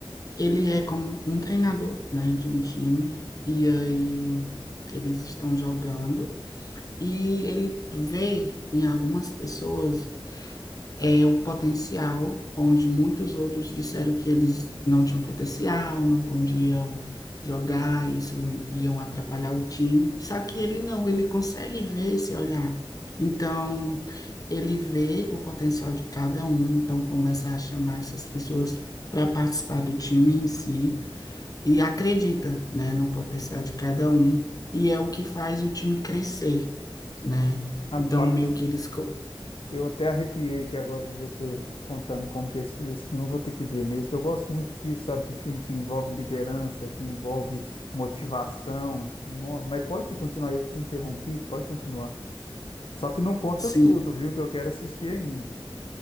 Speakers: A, on the left (about 40°); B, on the left (about 80°).
A: ele é como um treinador, né, de um time, e aí eles estão jogando, e ele vê em algumas pessoas é o potencial, onde muitos outros disseram que eles não tinham potencial, não podiam jogar, isso iam atrapalhar o time. Só que ele não, ele consegue ver esse olhar. Então, ele vê o potencial de cada um, então começa a chamar essas pessoas para participar do time em si e acredita, né, no potencial de cada um e é o que faz o time crescer, né?
B: Rapaz,
A: Então, meio que eles co-
B: eu até arrepiei aqui agora de ver você contando como que é esse filme, esse filme eu vou ter que ver mesmo, que eu gosto muito disso, sabe, de filme que envolve liderança, que envolve motivação. Nossa, mas pode continuar, eu te interrompi, pode continuar. Só que não conta
A: se
B: tudo, viu? Que eu quero assistir ainda.